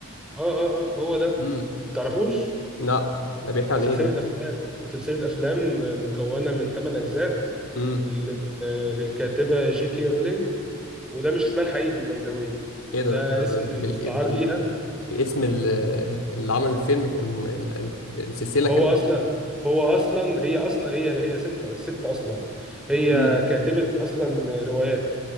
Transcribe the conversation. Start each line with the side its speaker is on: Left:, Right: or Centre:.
Centre: اه اه هو ده
Left: امم
Centre: تعرفوش
Left: لا ده بيحكي
Centre: ده
Left: عن
Centre: سلسله
Left: ايه ده
Centre: افلام سلسله افلام مكونه من 8 اجزاء
Left: امم
Centre: لل- للكاتبه جي كي رولينج وده مش اسمها الحقيقي باي ذا واي
Left: ايه ده
Centre: ده
Left: انت بال...
Centre: اسم
Left: بال...
Centre: مستعار
Left: بال...
Centre: ليها
Left: باسم ال... اللي عامل الفيلم ك- الم... ال... ال- السلسله
Centre: هو
Left: كمان
Centre: اصلا هو اصلا هي اصلا هي هي ست ست اصلا هي
Left: امم
Centre: كاتبة اصلا روايات